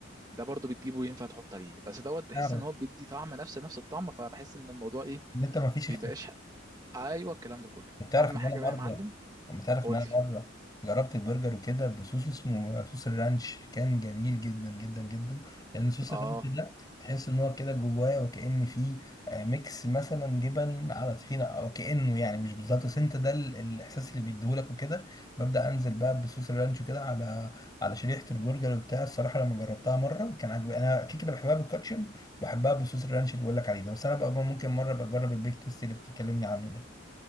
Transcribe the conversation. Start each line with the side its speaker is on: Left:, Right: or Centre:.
Right: ده برضو بتجيبه ينفع تحط عليه بس دوت بحس
Left: اعرف
Right: ان هو بيدي طعم نفس نفس الطعم فبحس ان الموضوع ايه
Left: ان انت ما فيش
Right: بيبقاش ايوه الكلام ده كله
Left: انت تعرف
Right: اهم
Left: ان
Right: حاجه
Left: انا مره
Right: بقى يا معلم
Left: انت تعرف
Right: قول
Left: ان انا
Right: لي
Left: مره جربت البرجر وكده بصوص اسمه صوص الرانش كان جميل جدا جدا جدا لان صوص
Right: اه
Left: الرانش ده تحس ان هو كده جواه وكأن فيه آه، ميكس مثلا جبن على طحينه او كأنه يعني مش بالظبط بس انت ده ال- الاحساس اللي بيديهولك وكده ببدأ انزل بقى بصوص الرانش كده على على شريحه البرجر وبتاع الصراحه لما جربتها مره كان عجبني انا كده كده بحبها بالكاتشب بحبها بصوص الرانش اللي بقول لك عليه ده بس انا بقى ممكن مره بجرب البيك تيست اللي بتكلمني عنه ده